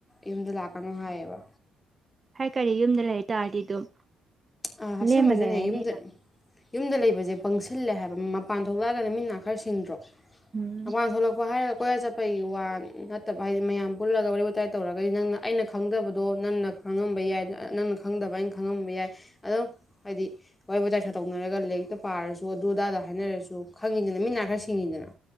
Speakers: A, on the left (about 20°); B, on the right (about 30°).
A: ꯌꯨꯝꯗ ꯂꯥꯛꯀꯅꯨ ꯍꯥꯏꯌꯦꯕ
B: ꯍꯥꯏ ꯀꯔꯤ ꯌꯨꯝꯗ ꯂꯩꯇꯥꯥꯔꯗꯤ ꯑꯗꯨꯝ
A: ꯑꯥꯁꯦꯡꯕꯁꯨꯅꯦ
B: ꯂꯦꯝꯃ ꯂꯩꯔꯅꯤꯅ
A: ꯌꯨꯝꯗ ꯌꯨꯝꯗ ꯂꯩꯕꯁꯦ ꯄꯪꯁꯤꯜꯂꯦ ꯍꯥꯏꯕ ꯃꯄꯥꯟ ꯊꯣꯛꯂꯛꯑꯒꯅ ꯃꯤꯅꯥ ꯈꯔ ꯁꯤꯡꯗ꯭ꯔꯣ
B: ꯎꯝ
A: ꯑꯥꯡ ꯊꯣꯛꯂꯛꯄ ꯍꯥꯏꯔ ꯀꯣꯏꯌꯥ ꯆꯠꯄꯒꯤ ꯋꯥ ꯅꯠꯇꯕ ꯍꯥꯏꯗꯤ ꯃꯌꯥꯝ ꯄꯨꯜꯂꯒ ꯋꯥꯔꯤ ꯋꯥꯇꯥꯏ ꯇꯧꯔꯒꯗꯤ ꯅꯪꯅ ꯑꯩꯅ ꯈꯪꯗꯕꯗꯣ ꯅꯪꯅ ꯈꯪꯉꯝꯕ ꯌꯥꯏ ꯅꯪꯅ ꯈꯪꯗꯕ ꯑꯩꯅ ꯈꯪꯉꯝꯕ ꯌꯥꯏ ꯑꯗꯨꯝ ꯍꯥꯏꯗꯤ ꯋꯥꯔꯤ ꯋꯥꯋꯇꯥꯏ ꯁꯥꯇꯣꯛꯅꯔꯒ ꯂꯥꯏꯔꯤꯛꯇ ꯄꯥꯔꯁꯨ ꯑꯗꯨ ꯑꯗꯥꯗ ꯍꯥꯏꯅꯔꯁꯨ ꯈꯪꯉꯤꯗꯅ ꯃꯤ ꯈꯔ ꯁꯤꯡꯉꯤꯗꯅ